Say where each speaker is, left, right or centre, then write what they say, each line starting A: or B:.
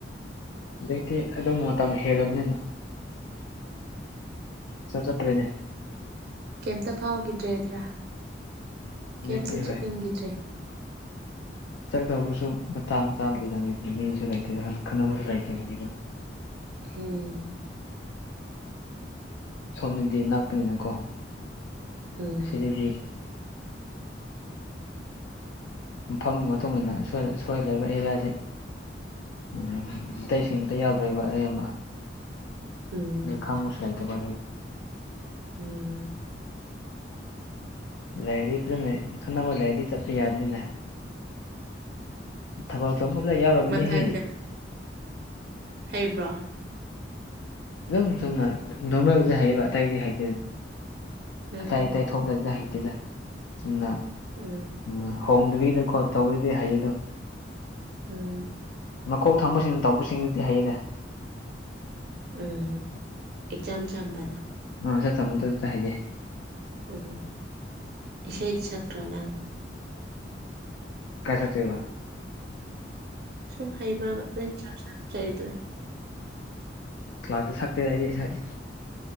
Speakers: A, on the left; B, on the right.
A: ꯍꯧꯖꯤꯛꯇꯤ ꯑꯗꯨꯝ ꯃꯇꯝ ꯍꯦꯜꯂꯕꯅꯤꯅ ꯁ ꯆꯠꯇ꯭ꯔꯦꯅꯦ
B: ꯀꯩꯝꯇ ꯐꯥꯎꯈꯤꯗ꯭ꯔꯦꯗ꯭ꯔꯥ
A: ꯍꯧꯖꯤꯛꯇꯤ
B: ꯀꯩꯝꯇ ꯆꯠꯅꯤꯡꯈꯤꯗ꯭ꯔꯦ
A: ꯍꯣꯏ ꯆꯠꯗꯧꯕꯁꯨ ꯃꯇꯥꯡ ꯆꯥꯗ꯭ꯔꯦꯗ ꯅꯠꯇꯦ ꯃꯤꯁꯨ ꯂꯩꯇꯦꯗꯟ ꯈꯟꯅꯕꯁꯨ ꯂꯩꯇꯕꯅꯤꯗ
B: ꯍꯝ
A: ꯁꯣꯝꯅꯗꯤ ꯅꯛꯄꯅꯤꯅꯀꯣ
B: ꯎꯝ
A: ꯑꯁꯤꯒꯤꯗꯤ ꯃꯐꯝꯒꯤ ꯃꯇꯨꯡ ꯃꯇꯨꯡꯏꯟꯅ ꯁꯣꯏ ꯂꯩꯕ ꯑꯦꯔꯤꯌꯥꯁꯤ ꯎꯝ ꯑꯇꯩꯁꯤꯡ ꯑꯝꯇ ꯌꯥꯎꯗꯣꯏꯕ ꯑ ꯑꯃ
B: ꯎꯝ
A: ꯑꯗꯨ ꯈꯪ ꯃꯁꯂꯥꯏ ꯇꯒꯦ
B: ꯎꯝ
A: ꯂꯥꯏꯔꯗꯤ ꯐꯖꯅ ꯈꯟꯅꯕ ꯂꯩꯥꯏꯔꯗꯤ ꯆꯠꯄ ꯌꯥꯕꯅꯤꯅ ꯊꯕꯥꯛ ꯆꯣꯐꯗ ꯌꯥꯎꯔꯝꯔꯕꯅꯤꯍꯦ
B: ꯃꯊꯪꯗ ꯍꯩꯕ꯭ꯔꯣ
A: ꯑꯗꯨꯝ ꯁꯨꯝꯝꯅ ꯅꯣꯔꯃꯦꯜꯒꯤꯗꯤ ꯍꯥꯏꯕ ꯑꯇꯩꯗꯤ ꯍꯥꯏꯇꯦ
B: ꯎꯝ
A: ꯑ ꯑ ꯊꯣꯛꯂꯒꯗ ꯍꯩꯇꯗ ꯆꯨꯝꯅ
B: ꯎꯝ
A: ꯎꯝ ꯍꯣꯡꯗꯕꯤꯗꯀꯣ ꯇꯧꯕꯗꯤ ꯍꯩꯌꯦ ꯑꯗꯨ
B: ꯎꯝ
A: ꯃꯀꯧ ꯊꯥꯡꯕꯁꯤꯡꯅ ꯇꯧꯕꯁꯤꯡꯗꯨꯗꯤ ꯍꯩꯅꯦ
B: ꯎꯝ ꯏꯆꯝ ꯆꯝꯕꯗꫭ
A: ꯎꯝ ꯏꯆꯝꯕꯗꯨꯗ ꯍꯩꯌꯦ
B: ꯎꯝ ꯏꯁꯩꯗꯤ ꯁꯛꯇ꯭ꯔꯣ ꯅꯪ
A: ꯀꯥꯏ ꯁꯛꯇꫭꯏꯕ
B: ꯁꯨꯝ ꯍꯩꯕꯔꯕ ꯅꫭꯏ ꯆꯔꯁ ꯌꯥꯝ ꯆꯠꯂꯨꯗꯅ
A: ꯀꯂ꯭ꯥꯁꯇ ꯁꯛꯇꯦ ꯑꯩꯗꯤ ꯏꯁꯩ